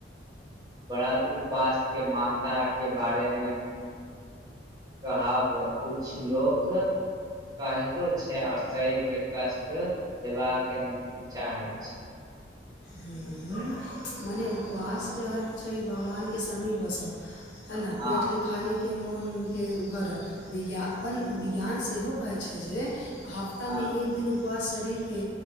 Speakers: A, on the right; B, on the left.
A: बड़ा दुःख उपवास के मान्यता के बारे मे कहब कुछ लोक कहितो छै आ शरीर के कष्ट देबा के नै चाहे छी
B: हुँ मने उपवास के अर्थ छै भगवान के समीप बसब है न
A: हँ
B: पेटके खालीके मोनके उ भरब विज्ञापन विज्ञान सेहो कहैत छै जे हफ्तामे
A: हँ
B: एक दिन उपवास शरीरके